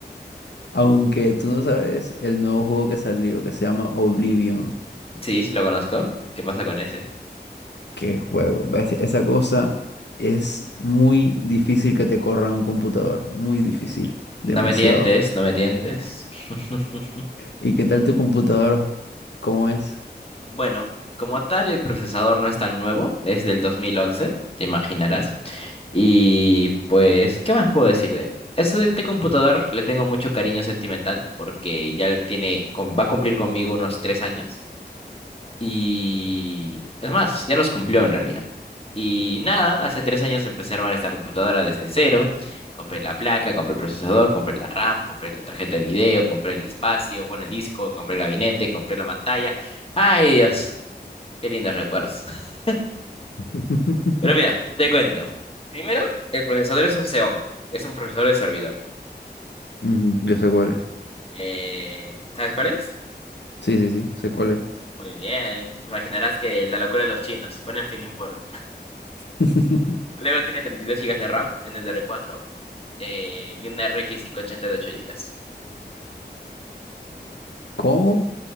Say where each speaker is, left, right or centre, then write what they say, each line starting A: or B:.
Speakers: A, on the left; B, on the left.
A: Aunque tú no sabes el nuevo juego que salió que se llama Oblivion.
B: Sí, sí lo conozco. ¿Qué pasa con ese?
A: Qué juego. ¿Ves? Esa cosa es muy difícil que te corra un computador. Muy difícil.
B: No
A: Demasiado.
B: me tientes, no me tientes. <laughs>
A: ¿Y qué tal tu computador? ¿Cómo es?
B: Bueno, como tal, el procesador no es tan nuevo, es del 2011, te imaginarás. Y pues, ¿qué más puedo decir de él? Eso de este computador le tengo mucho cariño sentimental porque ya le tiene, com- va a cumplir conmigo unos tres años. Y es más, ya los cumplió en realidad. Y nada, hace tres años empecé a armar esta computadora desde cero. Compré la placa, compré el procesador, compré la RAM, compré la tarjeta de video, compré el espacio, bueno, el disco, compré el gabinete, compré la pantalla. Ay, Dios. Qué lindos recuerdos. <laughs>
A: <laughs>
B: Pero mira, te cuento. Primero, el procesador es un Xeon. Es un procesador de servidor.
A: Ujú, Yo sé cuál es.
B: Eh, ¿sabes cuál es?
A: Sí, sí, sí. Sé cuál es.
B: Muy bien. Imaginarás que la locura de los chinos. Bueno, en fin, no importa.
A: <laughs>
B: Luego tiene 32 gigas de RAM en DDR4 eh, y una RX 580 de 8 gigas.
A: ¿Cómo?